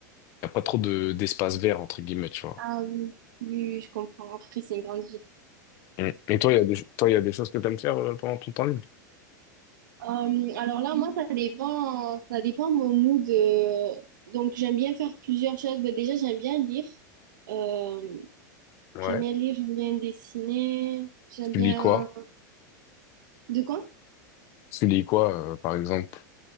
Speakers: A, on the left; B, on the right.
A: il y a pas trop de d'espace vert entre guillemets, tu vois.
B: Ah oui. Oui, oui, je comprends. Après, c'est une grande ville.
A: Mm. Et toi, il y a des, toi, il y a des choses que t'aimes faire euh, pendant ton temps libre.
B: Euh, alors là, moi, ça dépend, ça dépend mon mood. euh, donc, j'aime bien faire plusieurs choses. Bah, déjà, j'aime bien lire. Euh,
A: Ouais.
B: j'aime bien lire, j'aime bien dessiner. J'aime
A: Tu
B: bien...
A: lis quoi?
B: De quoi?
A: Tu lis quoi, euh, par exemple?